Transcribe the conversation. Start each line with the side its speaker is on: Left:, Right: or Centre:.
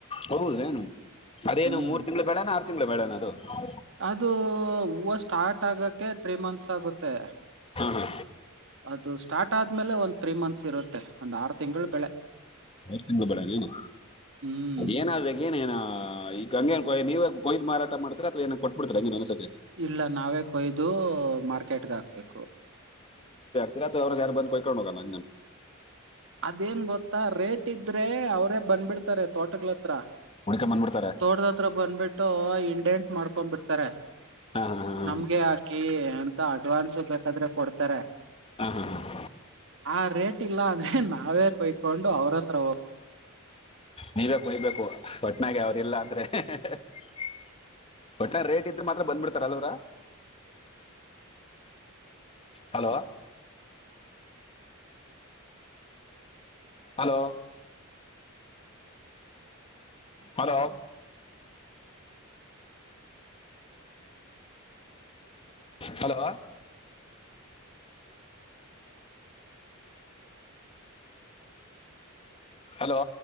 Left: ಹೌದ ಏನು ಅದೇನು
Right: ಹ್ಮ್
Left: ಮೂ ತಿಂಗಳು ಬೇಡ. ಆರ್ ತಿಂಗಳು ಬೆಳೆ ನಾ ಅದು. ಹಾ
Right: ಅದು ಹೂವು ಸ್ಟಾರ್ಟ್ ಆಗಕ್ಕೆ ತ್ರೀ ಮಂತ್ಸ್ ಆಗುತ್ತೆ
Left: ಹಾ
Right: ಅದು ಸ್ಟಾರ್ಟ್ ಆದ್ಮೇಲೆ ಒಂದ್ ತ್ರೀ ಮಂತ್ಸ್ ಇರುತ್ತೆ ಒಂದ್ ಆರು ತಿಂಗಳು ಬೆಳೆ.
Left: ಅವಷ್ಟ ತಿಂದ ಬೇಡಣೇನು
Right: ಹ್ಮ್
Left: ಅದ ಏನ ಅದ ಏನ ಏನ ಹ ಈಗ ಹಂಗೆ ನೀವು ಕೊಯ್ ಮಾರಾಟ ಮಾಡ್ತೀ ಅಥವಾ ಏನ್ ಕೊಬಿಡ್ತೀ.
Right: ಇಲ್ಲ ನಾವೇ ಕೊಯ್ದು ಮಾರ್ಕೆಟ್ಗ ಹಾಕ್ಬೇಕು
Left: ತಿರ ಅವ್ರು ಯಾರ ಬಂದು್ಕೊಂಡೋಗಲ್ಲ.
Right: ಅದೇನ್ ಗೊತ್ತಾ ರೇಟ್. ಇಟ್ಟಿದ್ರೆ ಅವ್ರೇ ಬಂದ್ಬಿಡ್ತಾರೆ ತೋಟಗಳತ್ರ.
Left: ಹುಡ್ಕೊಂಡ್ ಬಂದ್ಬಿಡ್ತಾರೆ
Right: ತೊಟದ ಹತ್ರ ಬಂದ್ಬಿಟ್ಟು ಇಂ ಡೇಂಟ್ ಮಾಡ್ಕೊಂಡ್ ಬಿಡ್ತಾರೆ.
Left: ಹಾ ಹಾ ಹಾ
Right: ನಮ್ಗೆ ಹಾಕಿ ತ ಅಡ್ವಾನ್ಸ್ ಬೇಕಾದ್ರೆ ಕೊಡ್ತಾರೆ.
Left: ಹಾ ಹಾ ಹ
Right: ಆ ರೇಟ್ ಇಲ್ಲ ಅಂದ್ರೆ ನಾವೇ ಕೊಯ್ಕೊಂಡು ಅವ್ರತ್ರ ಹೋ
Left: ನೀವೆ ಕೊಯ್ಬೇಕು ಒಟ್ನಾಗೆ ಅವ್ರಿಲ್ಲ ಅಂದ್ರೆ ಹ್ ಹ್ ಹ್ ಒಟ್ನಾಗ ರೇಟ್ ಇದ್ರ್ ಮಾತ್ರ ಬಂದ್ಬಿಡ್ತಾರ ಅಲ್ವರ hello. Hello hello hello hello